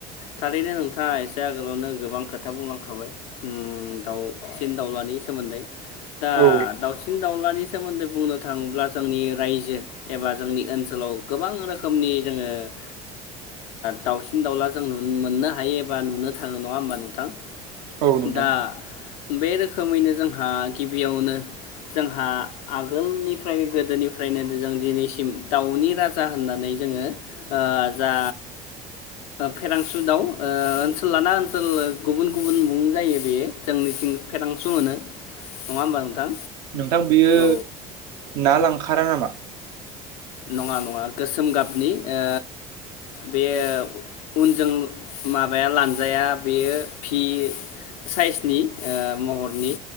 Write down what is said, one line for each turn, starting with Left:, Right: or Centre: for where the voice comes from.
Left: थारैनो नोंथाङा एसे आगोलावनो गोबां खोथा बुंलांखाबाय दाउसिन दावउलानि सोमोन्दै दा
Right: औ
Left: दाउसिन दाउलानि सोमोन्दै बुंनो थाङोब्ला जोंनि रायजो एबा जोंनि ओनसोलाव गोबां रोखोमनि जोङो ओ दाउसिन दाउला जों मोननो हायो एबा नुनो थाङो नङा होमबा नोंथां
Right: औ नोंथां
Left: दा बे रोखोमैनो जोंहा गिबियावनो जोंहा आगोलनिफ्रायनो गोदोनिफ्रायनो जों दिनैसिम दाउनि राजा होननानै जोंङो ओ जा फेरांसु दाउ ओनसोल लाना ओनसोल गुबुन गुबुन मुं जायो बेयो जोंनि फेरांसु होनो नङा होमबा नोंथां
Right: नोंथां बियो
Left: औ
Right: ना लांखाररा नामा
Left: नङा नङा गोसोम गाबनि ओ बेयो उनजों माबाया लानजाया बेयो भि साइसनि महरनि